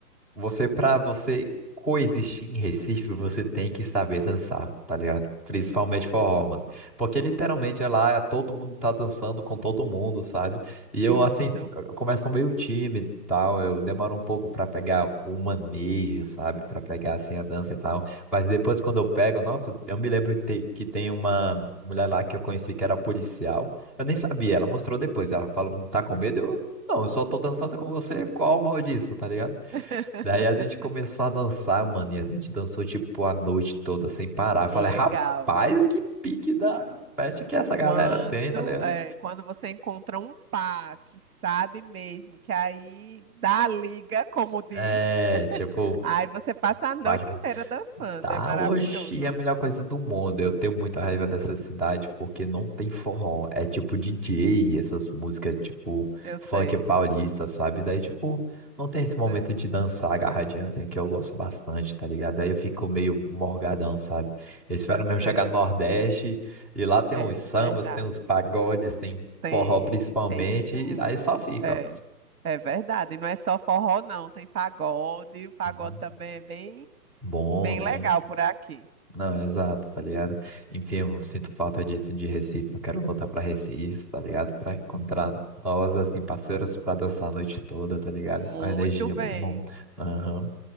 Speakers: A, in the centre; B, on the right (about 65°).
A: Você, pra você coexistir em Recife, você tem que saber dançar, tá ligado? Principalmente
B: Isso,
A: forró, mano. Porque literalmente é lá, é, todo mundo tá dançando com todo mundo, sabe? E
B: isso,
A: eu, assim, s- eu começo meio tímido e tal, eu demoro um pouco pra pegar o manejo, sabe? Pra pegar, assim, a dança e tal. Mas depois, quando eu pego, nossa, eu me lembro que tem, que tem uma mulher lá que eu conheci que era policial. Eu nem sabia,
B: sei.
A: ela mostrou depois. Ela falou, não tá com medo? Eu, não, eu só tô dançando com você, qual o mal disso, tá ligado?
B: <laughs>
A: Daí a gente começou a dançar, mano, e a gente dançou tipo a noite toda sem parar. Falei,
B: Legal.
A: rapaz, que pique da festa que essa
B: Quando,
A: galera tem, tá ligado?
B: é, quando você encontra um par que sabe mesmo, que aí dá a liga, como diz,
A: É,
B: <laughs>
A: tipo,
B: aí você passa a noite
A: bate
B: inteira dançando.
A: Tá,
B: É maravilhoso.
A: oxi, é a melhor coisa do mundo. Eu tenho muita raiva dessa cidade porque não tem forró. É tipo DJ, essas músicas tipo
B: Eu
A: funk
B: sei,
A: paulista, sabe? Daí, tipo, não tem esse momento
B: sei.
A: de dançar agarradinha assim que eu gosto bastante, tá ligado? Daí eu fico meio morgadão, sabe? Eu espero
B: Eu
A: mesmo
B: sei.
A: chegar no Nordeste e lá tem
B: É
A: uns sambas,
B: verdade.
A: tem uns pagodes, tem
B: Tem,
A: forró principalmente,
B: tem sim.
A: e daí só fica,
B: É,
A: ó.
B: é verdade. E não é só forró, não. Tem pagode. O pagode
A: Uhum.
B: também é bem,
A: Bom,
B: bem
A: né?
B: legal por aqui.
A: Não, exato, tá ligado? Enfim, eu sinto falta disso de Recife. Eu quero voltar pra Recife, tá ligado? Pra encontrar novas, assim, parceiras pra dançar a noite toda, tá ligado?
B: Muito
A: A energia
B: bem.
A: é muito bom. Aham.